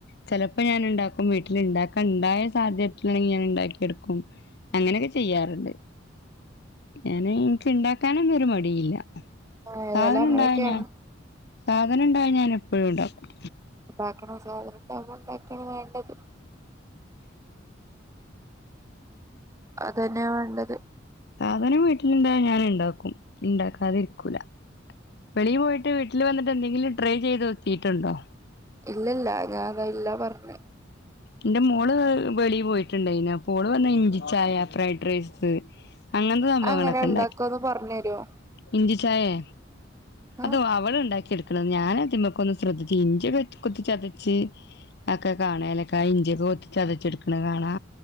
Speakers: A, on the left; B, on the right.
A: ചിലപ്പൊ ഞാന് ഇണ്ടാക്കും വീട്ടില് ഇണ്ടാക്ക ഇണ്ടായ സാധ്യത്തിലണെങ്കി ഞാന് ഇണ്ടാക്കിയെടുക്കും അങ്ങനൊകെ ചീ ചെയ്യാറ്ണ്ട് ഞാന് ഇൻക്ക് ഇണ്ടാക്കാനൊന്നും ഒര് മടിയുല്ല
B: ആഹ് ഏതായാലും
A: സാധനം
B: അങ്ങനെയൊക്കെയാണ്
A: ഇണ്ടായ ഞാൻ സാധനം ഇണ്ടായ ഞാനെപ്പഴും ഇണ്ടാക്കും
B: ഇതാക്കണം സാധനണ്ടാവുമ്പൊ ഇണ്ടാക്കാണ് വേണ്ടത്
A: <inaudible>
B: അതെന്നേ വാണ്ടത്
A: ഓന് വീട്ടില്ണ്ടായ ഞാന്ണ്ടാക്കും ഇണ്ടാക്കും അതിര്ക്കൂല വെളിയിൽ പോയിട്ട് വീട്ടില് വന്നിട്ട് എന്തെങ്കിലും ട്രൈ ചെയ്തീക്കീട്ടുണ്ടൊ
B: ഇല്ലല്ല ഞാനല്ലാ പറഞ്ഞെ
A: ഇന്റെ മോള് വെളീ പോയിട്ട്ണ്ടായിനു അപൊ ഓള് വന്ന ഇഞ്ചി ച്ചായ ഫ്രൈഡ് റൈസ് അങ്ങൻത്തെ സംഭവങ്ങളൊക്കെണ്ടാക്കി
B: അതെങ്ങനെ ഉണ്ടാക്കാന്ന് പറഞ്ഞു തരുവോ
A: ഇഞ്ചി ചായെ
B: ആഹ്
A: അത് അവള്ണ്ടാക്കി എട് ഞാന തിമക്കൊന്നും ശ്രദ്ധിച്ചി ഇഞ്ചികെ കുത്തിച്ചതച്ച് ഒക്കെ കാണലൊ ഇഞ്ചിയൊക്കെ കുത്ത് ചതച്ചെടുക്ക്ണ കാണാ